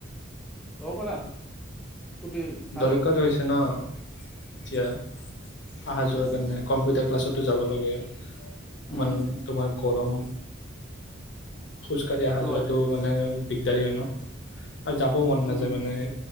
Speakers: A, in the centre; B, on the left.
A: লব পাৰা স্কুটি ভাল
B: দৰকাৰ
A: হয়
B: হৈছে ন এতিয়া অহা‌
A: য়েছ।
B: যোৱাৰ কাৰণে কম্পিউটাৰ ক্লাছতো যাব লাগে।
A: উম
B: মান তোমাৰ গৰম খোজ কাঢ়ি
A: সেইটো
B: অহা যোৱাাতো
A: হয়
B: মানে দিগদাৰি হয় ন আৰু যাব মন
A: উম
B: নাযায় মানে এ